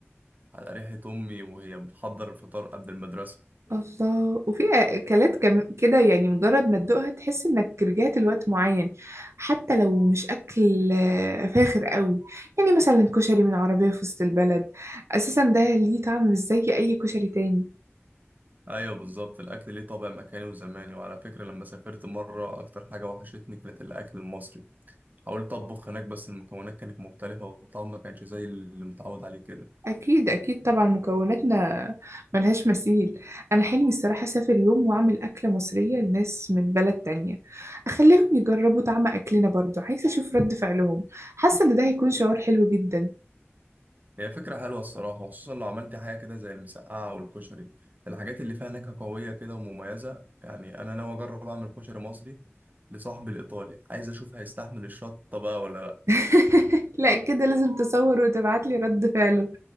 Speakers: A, on the right (about 40°); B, on the right (about 85°).
A: على ريحة امي وهي بتحضر الفطار قبل المدرسة
B: الله وفي أكلات كم كده يعني مجرد ما تدوقها تحس إنك رجعت لوقت معين حتى لو مش أكل آه، فاخر قوي يعني مثلا كشري من عربية في وسط البلد أساسا ده ليه طعم مش زي أي كشري تاني
A: ايوه بالظبط الاكل ليه طابع مكاني وزماني وعلى فكرة لما سافرت مرة اكتر حاجة وحشتني كانت الاكل المصري حاولت اطبخ هناك بس المكونات كانت مختلفة والطعم ما كانش زي اللي متعود عليه كده
B: أكيد أكيد طبعا مكوناتنا ملهاش مثيل أنا حلمي الصراحة أسافر يوم وأعمل أكلة مصرية لناس من بلد تانية أخليهم يجربوا طعم أكلنا برضو عايزة أشوف رد فعلهم حاسة إن ده هيكون شعور حلو جدا
A: هي فكرة حلوة الصراحة خصوصا لو عملت حاجة كده زي المسقعة والكشري الحاجات اللي فيها نكهة قوية كده ومميزة يعني أنا ناوي أجرب أعمل كشري مصري لصاحبي الإيطالي عايز أشوف هيستحمل الشطة بقى ولا لأ
B: <laughs> لا كده لازم تصور وتبعتلي رد فعله